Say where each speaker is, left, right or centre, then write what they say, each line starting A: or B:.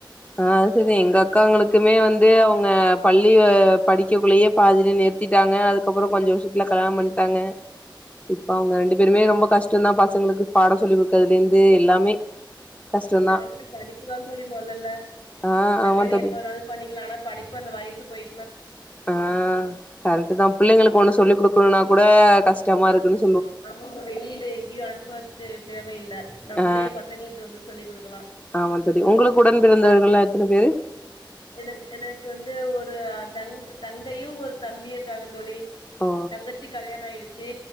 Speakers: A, on the left; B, on the left.
A: அஹ் அது சேரி எங்க அக்காங்களுக்குமே வந்து அவ அவங்க பள்ளி படிக்கக்குள்ளேயே பாதிலே நிறுத்திட்டாங்க அதுக்கப்பறம் கொஞ்சம் வருஷத்துல கல்யாணம் பண்ணிட்டாங்க இப்ப அவங்க ரெண்டு பேருமே ரொம்ப கஷ்டம்தான் பசங்களுக்கு பாடம் சொல்லி கொடுக்கறதுல இருந்து எல்லாமே கஷ்டம்தா
B: இந்த காலத்துல படிப்புதான் தோழி மொதல்ல
A: ஆ
B: கல்யாணம்
A: ஆமா தோழி
B: எப்ப வோனாலும் பண்ணிக்கலாம் ஆனா படிப்பு அந்த வயசு போயி
A: ஆஹ் கரெக்ட் தான் பிள்ளைங்களுக்கு ஒண்ணு சொல்லி் கொடுக்கணும்னா கூட கஷ்டமா இருக்குணு
B: நமம வெளியில எங்கேயும் அனுப்பது தேவையில்லை நம்மளே
A: ஆ
B: பசங்களுக்கு வந்து சொல்லிக் கொடுக்கலாம்
A: ஆமா தோழி உங்களுக்கு உடன் பிறந்தவர்கள்லா எத்தன பேரு
B: என எனக்கு வந்து ஒரு தங் தங்கையும் ஒரு தம்பி இருக்காங்க தோழி
A: ஓ
B: தங்கச்சி கல்யாணம் ஆயிடுச்சு